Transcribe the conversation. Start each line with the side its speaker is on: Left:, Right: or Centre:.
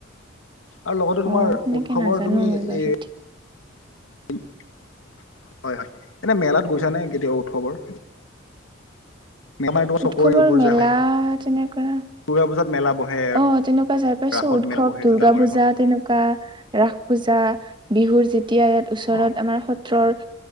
Left: আৰু লগতে তোমাৰ
Right: অ তেনেকে
Left: উৎসৱৰ
Right: নাজানো
Left: তুমি
Right: মই
Left: এ
Right: বাৰু
Left: <inaudible> হয়-হয়, এনে মেলাত গৈছা নে কেতিয়াাবা উৎসৱৰ। মেলা মানে তোমাৰ
Right: উৎসৱৰ
Left: চকৰি এইবোৰ
Right: মেলা
Left: যে হয়
Right: তেনেকুৱা
Left: দুৰ্গা পূজাত মেলা বহে
Right: অ', তেনেকুৱা যাই পাইছো,
Left: ৰাসত
Right: উৎসৱ,
Left: মেলা বহে
Right: দুৰ্গা
Left: যে ডাঙৰ
Right: পূজা,
Left: এখন।
Right: তেনেকুৱা ৰাস পূজা, বিহুৰ যেতিয়া ইয়াত ওচৰত
Left: অ
Right: আমাৰ সত্ৰৰ